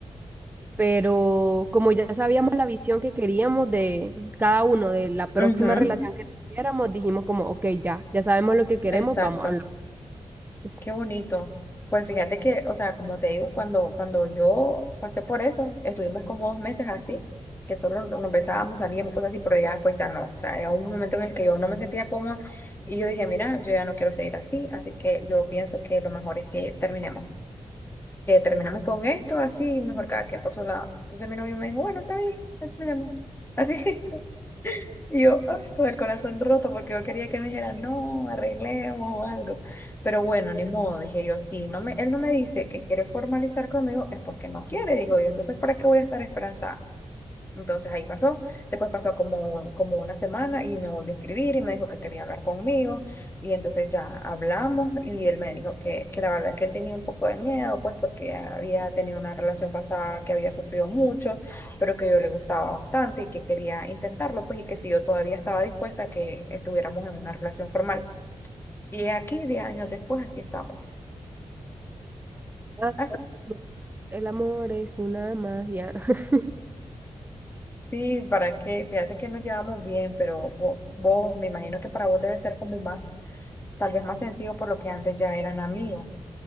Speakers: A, on the right (about 15°); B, on the left (about 20°).
A: pero como ya sabíamos la visión que queríamos de cada uno, de la próxima
B: ujú,
A: relación que tuviéramos, dijimos como, ok, ya, ya sabemos lo que queremos,
B: Exacto.
A: vamos a lo es".
B: Qué bonito. Pues fíjate que, o sea, como te digo, cuando, cuando yo pasé por eso, estuvimos como dos meses así, que solo nos besábamos, salíamos, cosas así, pero ya después ya no. O sea, era un momento en el que yo no me sentía cómoda y yo dije, mira, yo ya no quiero seguir así, así que yo pienso que lo mejor es que terminemos. que terminamos con esto, así, mejor cada quien por su lado. Entonces mi novio me dijo, bueno, está bien, no hay problema. Así, <laughs> y yo ay, con el corazón roto porque yo quería que me dijera, no, arreglemos o algo. Pero bueno, ni modo, dije yo, si no me, él no me dice que quiere formalizar conmigo, es porque no quiere, digo yo. Entonces, ¿para qué voy a estar esperanzada? Entonces ahí pasó. Después pasó como, como una semana y me volvió a escribir y me dijo que quería hablar conmigo. Y entonces ya hablamos y él me dijo que, que la verdad que él tenía un poco de miedo, pues porque había tenido una relación pasada que había sufrido mucho, pero que yo le gustaba bastante y que quería intentarlo, pues y que si yo todavía estaba dispuesta a que estuviéramos en una relación formal. Y aquí, 10 años después, aquí estamos.
A: Ah,
B: Así.
A: no, El amor es una magia. <laughs>
B: Sí, ¿para qué? Fíjate que nos llevamos bien, pero vos, vos, me imagino que para vos debe ser como más, tal vez más sencillo por lo que antes ya eran amigos